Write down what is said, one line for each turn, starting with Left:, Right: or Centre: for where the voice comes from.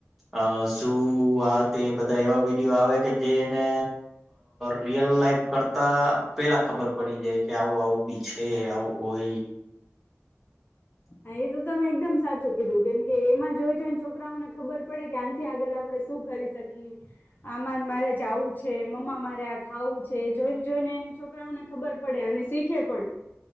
Centre: અ શુ આ તે બધા એવા વિડિઓ આવે કે જેને રિયલ લાઈફ કરતા પેલા ખબર પડી જાય કે આવું આવું બી છે આવું હોય.
Left: હા એ તો તમે એકદમ સાચું કીધું કેમ કે એમાં જોય જોય. છોકરાઓને ખબર પડે કે આંથી આગળ આ પડે શું કરી શકી આમાં મારે જાવું છે મમ્મા મારે આ ખાવું છે જોઈને જોઈને એને છોકરાઓને ખબર પડે અને શીખે પણ.